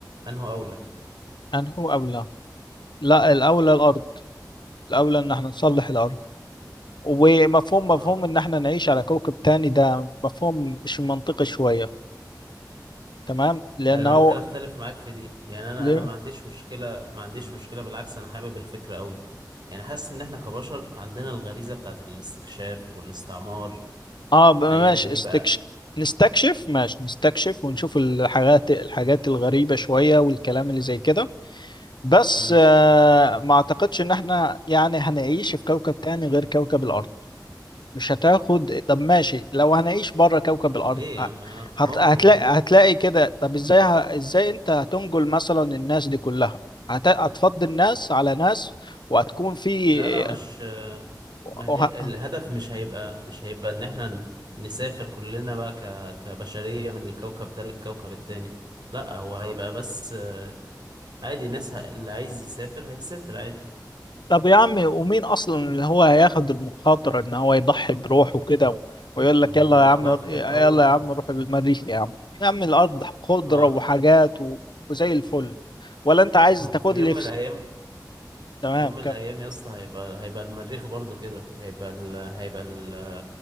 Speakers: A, on the right; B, on the left.
A: انه اولى
B: أنهو أولى لا الأولى الأرض الأولى إن احنا نصلح
A: ايوه
B: الأرض ومفهوم مفهوم
A: اه
B: ان احنا نعيش على كوكب تاني ده مفهوم مش منطقي شوية تمام لانه
A: انا ممكن اختلف معاك في دي يعني انا
B: ل...
A: انا ما عنديش مشكله ما عنديش مشكله بالعكس انا حابب الفكره قوي يعني حاسس ان احنا كبشر عندنا الغريزه بتاعت الاستكشاف والاستعمار
B: اه ب- ماشي
A: يعني هيبقى
B: استكشف نستكشف ماشي نستكشف ونشوف الحاجات الحاجات الغريبة شوية والكلام اللي زي كده بس
A: مم.
B: آه ما اعتقدش ان احنا يعني هنعيش في كوكب تاني غير كوكب الارض مش هتاخد طب ماشي لو هنعيش بره كوكب الارض
A: ليه يا
B: ه-
A: عم آه،
B: هت...
A: ممكن
B: هتلاقي
A: عادي
B: هتلاقي كده طب ازاي ه... ازاي انت هتنقل مثلا الناس دي كلها هت... هتفضي الناس على ناس وهتكون في
A: لا لا مش آه، ما
B: وه...
A: هي الهدف مش هيبقى مش هيبقى ان احنا ن- نسافر كلنا بقى ك... كبشرية من الكوكب ده للكوكب التاني لا هو هيبقى بس آه، عادي ناس ه- اللي عايز يسافر هيسافر عادي
B: طب يا عمي ومين اصلا اللي هو هياخد المخاطره ان هو يضحي بروحه كده ويقول لك
A: ما هو
B: يلا
A: الموضوع
B: يا عم
A: في
B: يلا
A: الاول
B: يا عم روح المريخ يا عم يا عم الارض خضره
A: ما هو-
B: وحاجات و... وزي الفل ولا انت عايز
A: ما
B: تاخد
A: هو في يوم
B: لي
A: من
B: في...
A: الايام
B: تمام
A: في يوم من
B: كمل
A: الايام يا اسطى هيبقى هيبقى المريخ برضو كده هيبقى ال... هيبقى ال...